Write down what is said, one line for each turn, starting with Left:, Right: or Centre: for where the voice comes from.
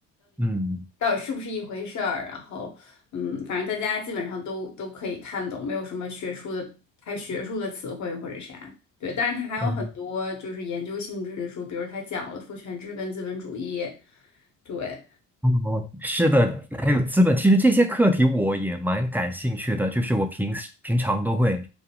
Centre: 嗯
Left: 到底是不是一回事儿。然后，嗯，反正大家基本上都都可以看懂，没有什么学术的太学术的词汇或者啥。对，但是它还有很多就是研究性质的书，
Centre: 嗯
Left: 比如它讲了父权制跟资本主义。对，
Centre: 哦，是的，还有资本，其实这些课题我也蛮感兴趣的，就是我平时平常都会